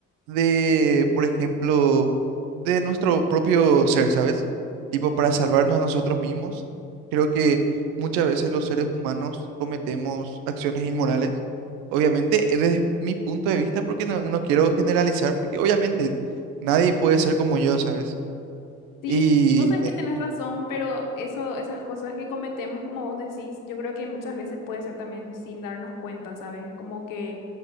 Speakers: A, on the right; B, on the left.
A: de, por ejemplo, de nuestro propio ser, ¿sabes? Tipo para salvarnos a nosotros mismos. Creo que muchas veces los seres humanos cometemos acciones inmorales. Obviamente, eh, desde mi punto de vista, porque no, no quiero generalizar, porque obviamente nadie puede ser como yo, ¿sabes?
B: Sí,
A: Y
B: y vos sabés que tenés razón, pero eso, esas cosas que cometemos, como vos decís, yo creo que muchas veces puede ser también sin darnos cuenta, ¿sabes? Como que